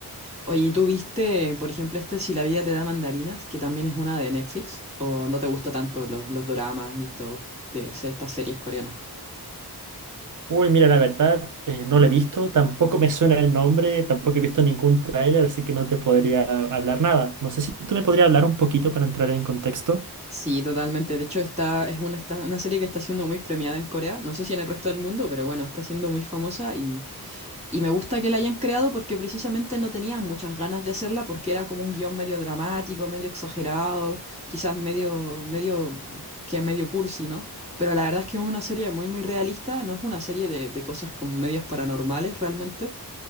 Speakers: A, on the right; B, on the right.
A: Oye, ¿y tú viste, por ejemplo, este Si la vida te da mandarinas, que también es una de Netflix? ¿O no te gusta tanto los, los doramas y todo de estas series coreanas?
B: Uy, mira, la verdad, eh, no lo he visto, tampoco me suena el nombre, tampoco he visto ningún tráiler, así que no te podría hablar nada. No sé si tú me podrías hablar un poquito para entrar en contexto.
A: Sí, totalmente. De hecho, esta es una, esta- una serie que está siendo muy premiada en Corea. No sé si en el resto del mundo, pero bueno, está siendo muy famosa y, y me gusta que la hayan creado porque precisamente no tenían muchas ganas de hacerla porque era como un guión medio dramático, medio exagerado, quizás medio, medio, que medio cursi, ¿no? Pero la verdad es que es una serie muy, muy realista, no es una serie de, de cosas como medias paranormales realmente